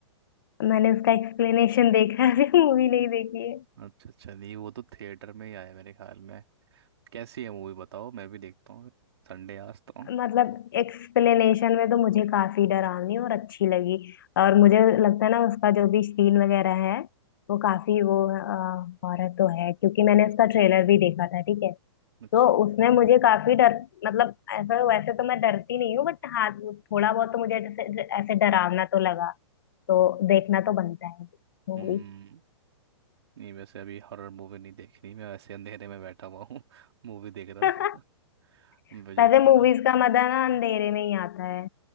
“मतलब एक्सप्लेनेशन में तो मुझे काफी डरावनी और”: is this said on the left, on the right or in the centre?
Left